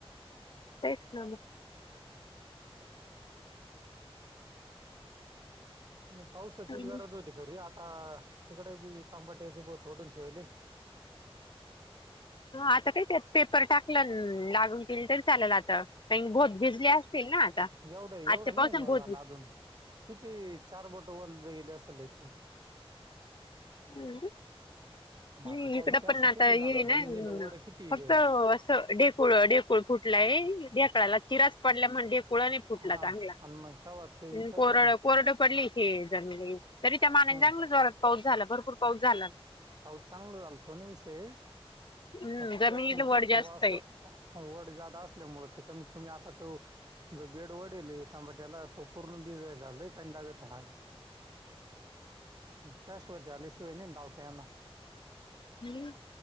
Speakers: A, on the left (about 50°); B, on the right (about 40°).
A: तेसला ना
B: पावसाचीच
A: मग
B: गरज होती खरी आ अ तिकडे बी तांबाट्याची बस फटून ठेवली
A: ह आता काही त्यात पेपर टाकलं लागून गेल तरी चालेल आता कार बोुत भिजली असतील ना आता
B: एवढं एवढं
A: आजच्या पावसन
B: नाही न
A: बोतू
B: झाला अजून किती चार बोट वल गेले असेल ना इथले
A: हम्
B: मग
A: हम्
B: आता
A: इकडं
B: पाऊस
A: पण
B: असा
A: आता
B: किती
A: ये
B: झाला जमिनीला
A: ना
B: वड किती
A: फक्त
B: हम्म
A: असं डेकूळ डेकूळ फूटल आहे ढकडला चिराच पडल्या म्हण कुळाने फुटला
B: हा
A: चांगला
B: आणि मग तेव्हा ते विचार
A: ह कोरड
B: कर ना
A: कोरडं पडली हे ज तरी त्या मानाने
B: हम्म
A: चांगला जोरात पाऊस झाला भरपूर पाऊस झाला ना
B: चांगल झालं तो नाही विषय
A: हम्म
B: प
A: जमिनीला
B: त्यातले
A: वर
B: त्यात
A: जास्त
B: असवड
A: आहे
B: जादा असल्यामु ते कमीत कमी आता तो जो बेड वढडेलथांबाट्याला तो पूर्ण बिजयला आय पाणी लागत झाडाले शाश्वती आल्याशिवाय नाही लावता येणार
A: हम्म